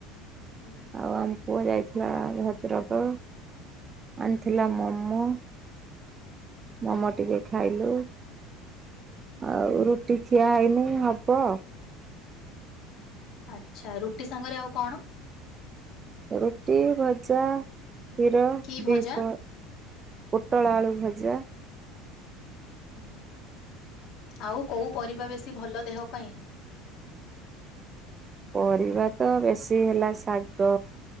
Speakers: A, on the left; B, on the right.
A: ହୁଁ।
B: ଆଉ। ପୁଅ ଯାଇଥିଲା ଭଦ୍ରକ ଆଣିଥିଲା ମୋମୋ ମୋମୋ ଟିକେ ଖାଇଲୁ। ଆଉ ରୁଟି ଖିଆ ହେଇନି ହବ ଆଉ।
A: ଆଚ୍ଛା ରୁଟି ସାଙ୍ଗରେ ଆଉ କଣ?
B: ରୁଟି ଭଜା କ୍ଷୀର
A: କି ଭଜା?
B: ଦୀପ ପୋଟଳ ଆଳୁ ଭଜା।
A: ହୁଁ ଆଉ କୋଉ ପରିବା ବେଶୀ ଭଲ ଦେହ ପାଇଁ?
B: ପରିବା ତ ବେଶୀ ହେଲା ଶାଗ